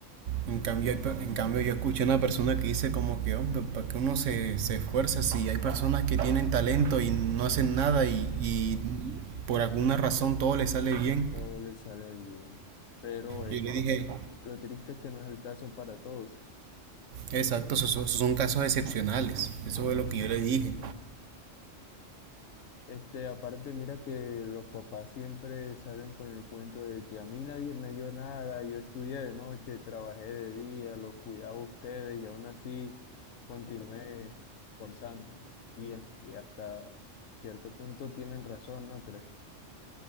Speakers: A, on the right; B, on the left.
A: En cambio, hay en cambio yo escuché una persona que dice como que, hombre, ¿para qué uno se, se esfuerza si hay personas que tienen talento y no hacen nada y, y por alguna razón todo les sale bien?
B: o le sale bien, pero ese
A: Yo le dije,
B: no es, lo triste es que no es el caso para todos.
A: exacto, esos son esos son casos excepcionales, eso
B: Eh,
A: fue lo que yo le dije.
B: Este, aparte, mira que los papás siempre salen con el cuento de que a mí nadie me dio nada, yo estudié de noche, trabajé de día, los cuidaba a ustedes y aún así continué forzando. Y, el- y hasta cierto punto tienen razón, ¿no crees?